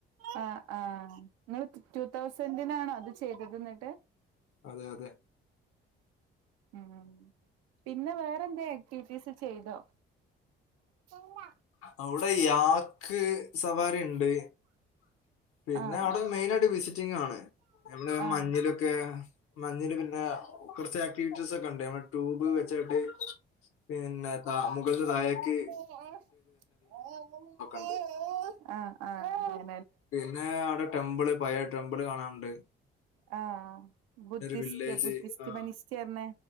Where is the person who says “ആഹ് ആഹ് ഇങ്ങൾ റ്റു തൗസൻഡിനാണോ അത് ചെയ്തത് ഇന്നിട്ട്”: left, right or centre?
Right